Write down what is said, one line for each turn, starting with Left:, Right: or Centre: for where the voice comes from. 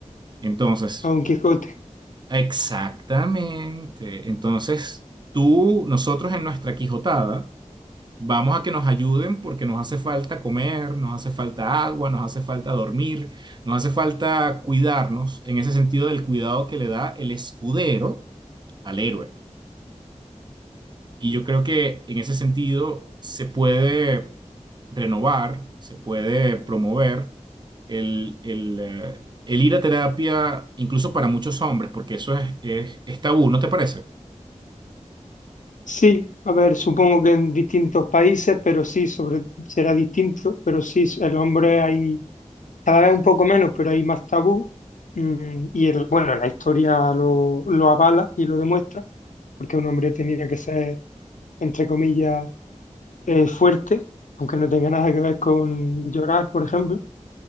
Right: Entonces,
Left: A Don Quijote.
Right: exactamente. Entonces, tú, nosotros en nuestra Quijotada, vamos a que nos ayuden porque nos hace falta comer, nos hace falta agua, nos hace falta dormir, nos hace falta cuidarnos, en ese sentido del cuidado que le da el escudero al héroe. Y yo creo que en ese sentido se puede renovar, se puede promover el, el, eh, el ir a terapia, incluso para muchos hombres, porque eso es, es, es tabú, ¿no te parece?
Left: Sí, a ver, supongo que en distintos países, pero sí, sobre, será distinto, pero sí, el hombre hay Cada vez un poco menos, pero hay más tabú. Mm, y el- bueno, la historia lo, lo avala y lo demuestra, porque un hombre tenía que ser, entre comillas, eh, fuerte, aunque no tenga nada que ver con llorar, por ejemplo,